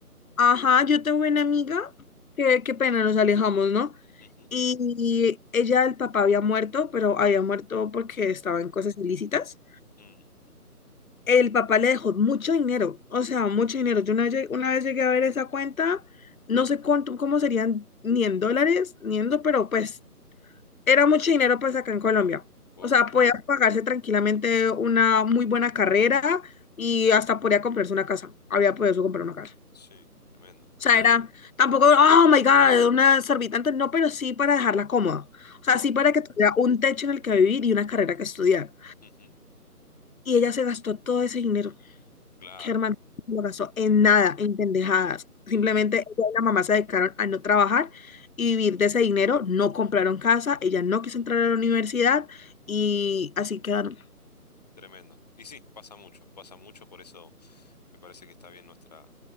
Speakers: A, on the left (about 60°); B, on the left (about 25°).
A: ajá, yo tengo una amiga, que qué pena, nos alejamos, ¿no?
B: Ujú.
A: Y ella, el papá había muerto, pero había muerto porque estaba en cosas ilícitas.
B: Mm.
A: El papá le dejó mucho dinero, o sea, mucho dinero. Yo una, lle- una vez llegué a ver esa cuenta, no sé cuánto, cómo serían, ni en dólares, ni en, do- pero pues era mucho dinero pues acá en Colombia.
B: Guau.
A: O sea, podía pagarse tranquilamente una muy buena carrera y hasta podía comprarse una casa. Había podido comprar una casa.
B: Sí, tremendo.
A: O sea, era tampoco, oh my God, una exorbitante, no, pero sí para dejarla cómoda. O sea,
B: Wow.
A: sí para que tuviera un techo en el que vivir y una carrera que estudiar.
B: Ujú,
A: Y ella se gastó todo ese dinero.
B: Claro.
A: Germán no gastó en nada, en pendejadas. Simplemente
B: Ujú,
A: ella y la mamá se dedicaron a no trabajar y vivir de ese dinero, no compraron casa, ella no quiso entrar a la universidad y así quedaron.
B: Tremendo. Y sí, pasa mucho, pasa mucho, por eso me parece que está bien nuestra,